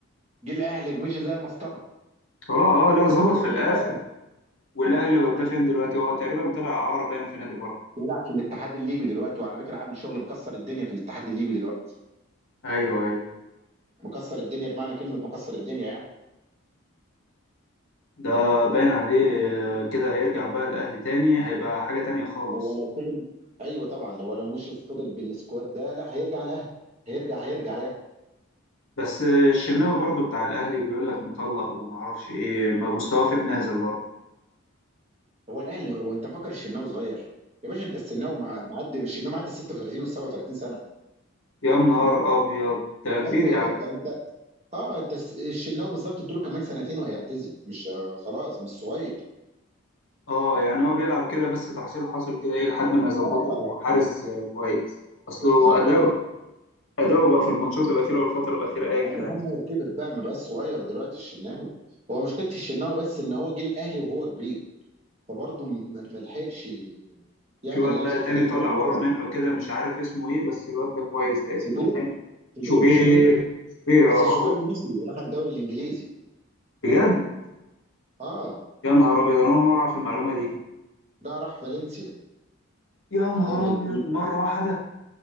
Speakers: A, on the right (about 30°); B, on the left (about 65°).
A: جه الاهلي مشي زي المسطره
B: اه اه لا ظبط
A: جد
B: في
A: المحترم
B: الاخر والاهلي وداه فين دلوقتي هو تقريبا طلع اعاره باين في نادي بره
A: بيلعب في الاتحاد الليبي دلوقتي وعلى فكره عامل شغل مكسر الدنيا في الاتحاد الليبي دلوقتي
B: ايوه ايوه
A: مكسر الدنيا بمعنى كلمه مكسر الدنيا يعني
B: ده باين عليه آه، كده هيرجع بقى الأهلي تاني هيبقى حاجة تانية خالص
A: هو لو فضل ايوه طبعا لو لو مش فضل بالسكواد ده لا هيرجع الاهلي هيرجع هيرجع يعني
B: بس الشناوي برضو بتاع الأهلي بيقول لك مطلق ومعرفش إيه ما مستواه في النازل برضو
A: هو الاهلي هو انت مفكر الشناوي صغير يا باشا انت الشناوي مع- معدي الشناوي معدي ال 36 وال 37 سنه
B: يا نهار أبيض ده كبير
A: ايوه
B: يا
A: يا باشا
B: عم
A: انت اه انت الس- الشناوي بالظبط اديله كمان سنتين وهيعتزل مش آه، خلاص مش صغير
B: أه يعني هو بيلعب كده بس تحصيل حاصل كده إيه لحد ما يظبطه
A: اه
B: حارس آه، كويس أصله
A: بالظبط
B: أداؤه أداؤه بقى في الماتشات الأخيرة والفترة الأخيرة أي كلام
A: لا يا عم هو كبر بقى ما بقاش صغير دلوقتي الشناوي هو مشكلة الشناوي بس ان هو جه الاهلي وهو كبير فبرضه م- ما لحقش يعمل
B: في واد
A: لنفسه
B: بقى تاني
A: تاريخ
B: طالع
A: برضه
B: ورا
A: قوي
B: منه كده مش عارف اسمه إيه بس الواد ده كويس ده اسمه
A: شوبير
B: إيه؟
A: شوبير
B: شوبير
A: شوبير
B: شوبير
A: بس
B: أه
A: شوبير
B: هو
A: المصري راح الدوري الانجليزي
B: بجد
A: اه
B: يا نهار ابيض انا اول مره اعرف المعلومه دي
A: ده راح فالنسيا
B: يا نهار
A: في الدوري الانجليزي
B: ابيض مره واحده